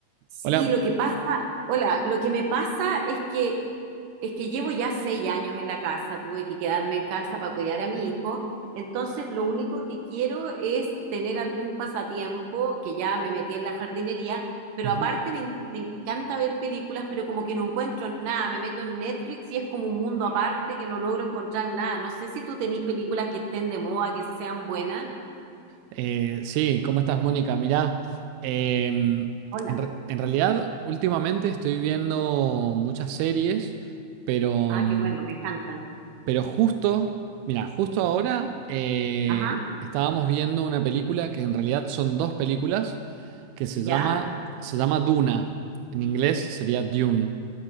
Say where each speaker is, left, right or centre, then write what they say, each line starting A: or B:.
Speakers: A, on the right; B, on the right.
A: Sí,
B: Hola.
A: lo que pasa, hola, lo que me pasa es que es que llevo ya seis años en la casa, tuve que quedarme en casa para cuidar a mi hijo, entonces lo único que quiero es tener algún pasatiempo, que ya me metí en la jardinería, pero
B: Ujú.
A: aparte me, en- me encanta ver películas, pero como que no encuentro nada, me meto en Netflix y es como un mundo aparte que no logro encontrar nada. No sé si tú tenés películas que estén de moda, que sean buenas.
B: Eh, sí, ¿cómo estás, Mónica? Mirá, em,
A: Hola.
B: en, re- en realidad últimamente estoy viendo muchas series, pero,
A: Ah,
B: mm,
A: qué bueno, me encantan.
B: pero justo, mira, justo ahora eh,
A: Ajá,
B: estábamos viendo una película que en realidad son dos películas que se llama,
A: ya,
B: se llama Duna. En inglés sería Dune.